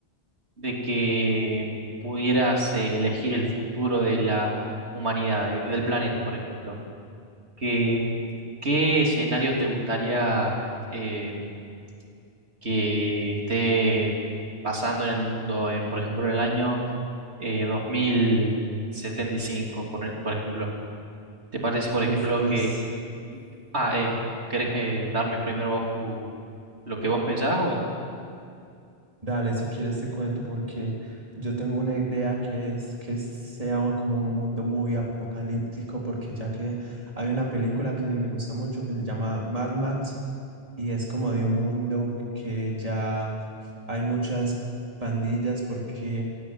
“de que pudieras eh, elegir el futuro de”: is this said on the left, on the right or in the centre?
Right